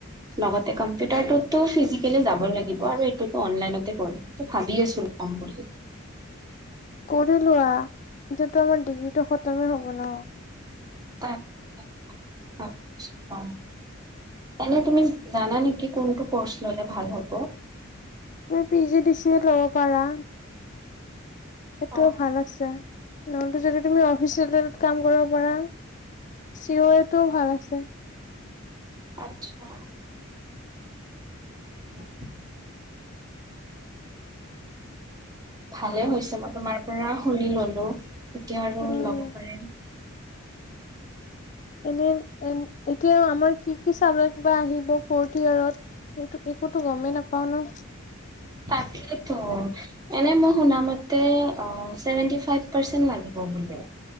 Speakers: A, on the right; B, on the left.
A: লগতে কম্পিউটাৰতো ফিজিকেলি যাব লাগিব আৰু এইটোও অনলাইন কৰে টো ভাবি আছো কম বুলি
B: কৰি লোৱা <unintelligible> ডিগ্ৰীটো খতমেই হ'ব ন।
A: তাকে, ভাবিছোঁ আৰু। এনে তুমি জানা নেকি কোনটো কৰ্চ ললে ভাল হব?
B: পি, জি, ডিচি ল'ব পাৰা। সেইটো
A: অ',
B: ভাল আছে। নহলটো যদি তুমি অফিচ কাম কৰিব পাৰা চিয়ৰ টো ভাল আছে।
A: আটচা। <unintelligible> ভালে হৈছে মই তোমাৰ পৰা শুনি লল হেল্ল' এতিয়া আৰু
B: উম
A: ল'ব পাৰিম।
B: এনে, এতিয়া আমাৰ কি, কি চাল কিবা আহিব ফৰ্থ ইয়েৰত সেইটো একোতো গমেই নাপাওঁ ন?
A: তাকেতো এনে মই শুনা মতে অ', চেভেন্তি ফাইফ পাৰচেন লাগিব বোলে